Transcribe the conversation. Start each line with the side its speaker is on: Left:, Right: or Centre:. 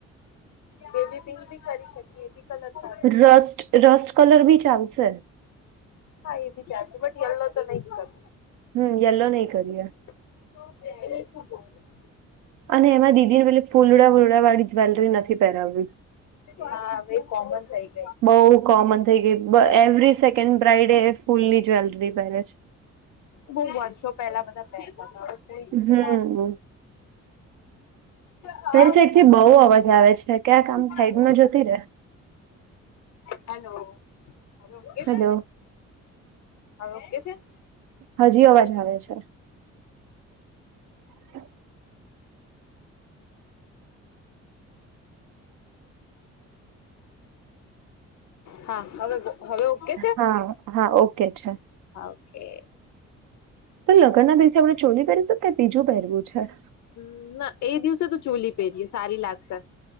Left: બેબી પ બી કરી શકીએ કલર સારો છે.
Right: રસ્ટ રસ્ટ કલર બી ચાલ સે.
Left: હા એ બી ચચ બટ એ તો નઈ કર
Right: હમ્મ યલો નહી કરીએ
Left: એ <inaudible>
Right: અને એમાં દીદી ને પેલે ફૂલડા વુરડા વાળી જ્વેલરી નથી પહેરાવ્યૂ
Left: હા હવે કોમન થાય
Right: બઉુ કોમન થઇ ગઈ એવરી સેકન્ડ બ્રાઈડે ફૂલની જ્વેલરી પહેરે છે.
Left: બહ વર્ષો પેલા બધા પહેર તા
Right: હમ
Left: તા.
Right: તારી સાઈડ
Left: <inaudible>
Right: થી બઉુ અવાજ આવે છે ક્યા કામ
Left: પહેરતું.
Right: સાઈડમાં જોતી રે
Left: હલો હવે ઓકે છે
Right: હેલો
Left: હવે ઓકે છે.
Right: હજી અવાજ આવે છે. હ <inaudible>
Left: હા હવે હવે ઓકે
Right: હા હા ઓકે છે
Left: હાવે કે
Right: તો લગ્નના દિવસે આપણે ચોલી પહેરીશું કે બીજું પહેરવું છે.
Left: હમ ના એ દિવસે તો ચૂલી પહેરીએ સારી લાગશે